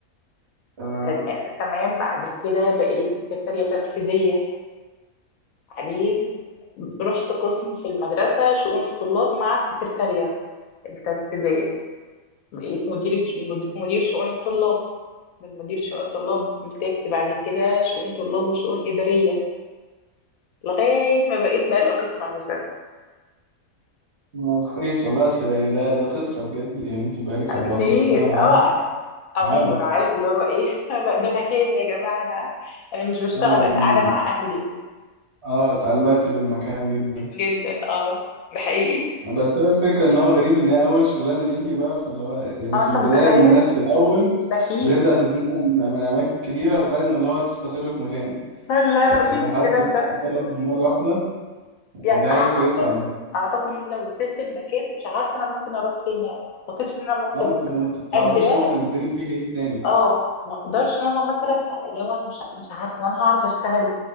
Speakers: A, on the right (about 55°); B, on the left (about 75°).
A: تمام
B: ت- تمام بعد كده بقيت سكرتارية تنفيذية بعدين رحت قسم في المدرسة شؤون الطلاب مع السكرتارية التنفيذية بقيت مديرة مد- مدير شؤون الطلاب من مدير شؤون الطلاب مسكت بعد كده شؤون طلاب وشؤون إدارية لغاية ما بقيت بقى الأوفيس مانجر
A: آه، كويس والله اصل يعني ده ده قصة بجد يعني انت بقالك 14
B: كتير
A: سنة معاهم
B: اه عمر
A: اه
B: عارف اللي هو ايه <laughs> ده مكان يا جماعة أنا انا مش بشتغل
A: اه يعني
B: انا قاعده مع اهلي
A: اه اتعلقتي بالمكان جدا
B: جدا اه ده حقيقي
A: بس هو الفكرة ان هو غريب ان هي اول شغلانة ليكي بقى فاللي هو يعني
B: اه
A: في
B: انت
A: البداية
B: متخيل
A: الناس في الاول
B: مفيش
A: بتبدأ تتنقل من من اماكن كتيرة لغاية ما اللي هو تستقر في مكان
B: لا
A: فلحد
B: مفيش الكلام ده
A: ما تجرب من مرة واحدة
B: يعني
A: دي
B: انا
A: حاجة
B: اعتقد
A: كويسة عامة
B: اعتقد ان لو سبت المكان مش عارفه انا ممكن اروح فين يعني ما اعتقدش ان انا ممكن
A: اه انت ما بت- بتعرفيش
B: قادره
A: اصلا الدنيا فيها ايه تاني
B: اه ما اقدرش ان انا مثلا اللي هو انا مش مش عارفه إن انا هعرف اشتغل